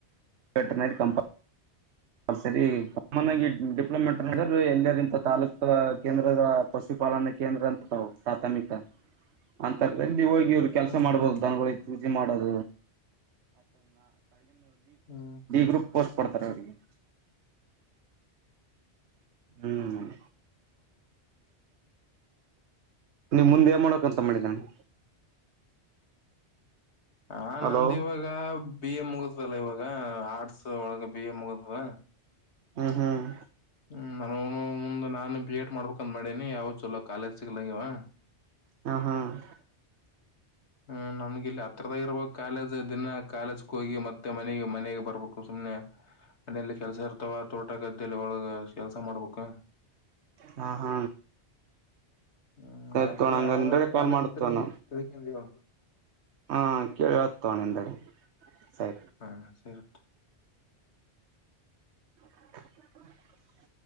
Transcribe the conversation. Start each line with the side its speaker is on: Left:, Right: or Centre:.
Right: ಸಟರ್ನೈಟ್ ಕಂಪ ಹ ಸರಿ ಕಾಮನ್ ಆಗಿ ಡಿಪ್ಲೊಮೆಟ್ ಎಲ್ಲಂತ ತಾಾಲೂಕ ಕೇಂದ್ರ ಪಶುಪಾಲನಾ ಕೇಂದ್ರ ಅಂತ ಪ್ರಾಥಮಿಕ ಅಂತರದಲ್ಲಿ ಇ್ರು ಕೆಲಸ
Left: ಹ್ಮ್
Right: ಮಾಡಬಹುದು
Left: ಹ್ಮ್
Right: ದನ ಮಾಡಗ
Left: ಹ್ಮ್
Right: ಗ್ರೂಪ್ ಪೋಸ್ಟ್ ಕೊಡ್ತಾರೆ ಅವ್ರಿಗೆ ಹ್ಮ್ ನಿಮ್ ಮುಂದೆ ಮಾಡಕಂತ ಮಾಡಿ ನಾನು
Left: ಹ
Right: ಹಲೋ
Left: ನಂದ ಇವಾಗ ಬಿ ಎ ಮುಗಿದಲ್ಲ ಇವಾಗ ಆರ್ಟ್ಸ್ ಒಳಗೆ ಬ್ಯ ಮುಗದುವ
Right: ಹ್ಮ ಹ್ಮ್
Left: ಹ್ಮ್ ನಾನ ಮುಂದ ನಾನು ಬಿ ಎಡ್ ಮಾಡ್ಬೇಕಂದ್ ಮಾಡೇನಿ ಯಾವ ಚಲ ಕಾಲೇಜ್ ಸಿಗ್ಲಾಗಿವ <unintelligible>
Right: ಹಾ ಹಾ <unintelligible>
Left: ಹ್ಮ್ ನಮಗೆ ಇಲ್ಲಿ ಹತ್ರದಾಗ ಇರ್ಬ ಕಾಲೇಜ್ ದಿನ ಕಾಲೇಜ್ಗೆ ಹೋಗಿ ಮತ್ತೆ ಮನೆಗೆ ಮನೆಗೆ ಬರ್ಬೇಕು ಸುಮ್ನೆ ಮನೇಲಿ ಕೆಲ್ಸ ಇರ್ತಾವ ತೋಟ ಗದ್ದೆಯಲ್ಲಿ ಒಳಗ ಕೆಲ್ಸ ಮಾಡ್ಬೇಕ
Right: ಹಾ ಹಾ
Left: ಹ್ಮ್
Right: ಸರಿ
Left: ಆತರ
Right: ತೋಣ ಹಂಗ
Left: ಯಾವ್ದಾರ
Right: ನಿಂದಡೆ ಕಾಲ್
Left: ಕಾಲೇಜ್
Right: ಮಾಡತೋಣ
Left: ಇದ್ರ ಕೆಲಕಂಡು ಹೇಳು <unintelligible>
Right: ಹಾ ಕೇಳತಣ ಎಂದಡೆ ಸ
Left: ಹಾ ಸರಿ
Right: <inaudible>